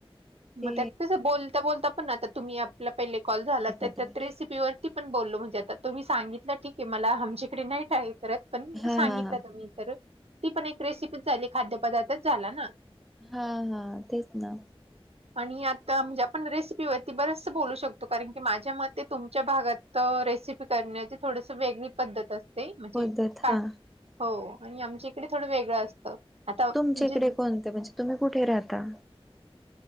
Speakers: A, in the centre; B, on the right.
A: ते
B: मग त्यात कस बोल त्या बोलता पण, आता तुम्ही आपला पहिले कॉल झाला,
A: एखाद्या
B: तर त्यात
A: वेळेस
B: रेसिपीवर ते पण बोललो म्हणजे आता तुम्ही सांगितलं ठीक आहे. मला आमच्याकडे नाही काय करत. पण मी
A: हा
B: सांगितल.
A: हा हा
B: मी परत. ती पण एक रेसिपीच झाली खाद्यपदार्थच झाला ना.
A: हा हा तेच ना
B: आणि आता आमच्या आपण रेसिपीवरती बरचस बोलू शकतो कारण की माझ्या मते तुमच्या भागात रेसिप करण्याची थोडस वेगळी पद्धत असते. म्हणजे
A: पद्धत
B: काय
A: हा.
B: हो आणि आमच्या इकडे थोडं वेगळं असतं. आता
A: तुमच्या
B: म्हणजे
A: इकडे कोणते म्हणजे तुम्ही कुठे राहता.